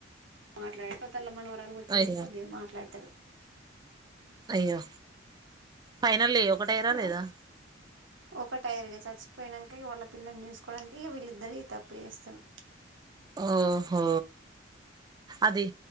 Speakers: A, on the right (about 85°); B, on the right (about 20°).
A: మాట్లాడు తెల్ల మనవరాలు పుట్టినంకా
B: అయ్
A: కొద్దిగా మాట్లాడతడు.
B: అయ్యో ఫైనల్లి ఒకటైర్రా
A: ఇగ
B: లేదా?
A: ఒక టైర్రిగా చచ్చిపోయినంక ఇగ వాళ్ళ పిల్లని చూసుకోడానికి వీళ్ళిద్దరి తప్పు చేస్తరు.
B: ఓహో అది